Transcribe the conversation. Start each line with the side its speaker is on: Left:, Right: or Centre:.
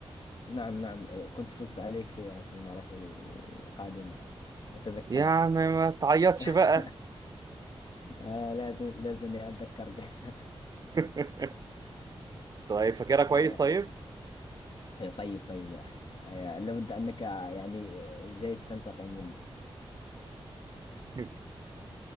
Left: نعم نعم آه، كنت فزت عليك فيها في المرات القادمة أتذكرها
Right: يا عم ما تعيطش
Left: <laughs>
Right: بقى
Left: آه، لازم لازمني أتذكرك <laughs>
Right: <laughs> طيب فاكرها كويس
Left: آه،
Right: طيب؟
Left: طيب طيب يا أخي آه، لابد أنك يعني جاي تنتقم مني
Right: <laughs>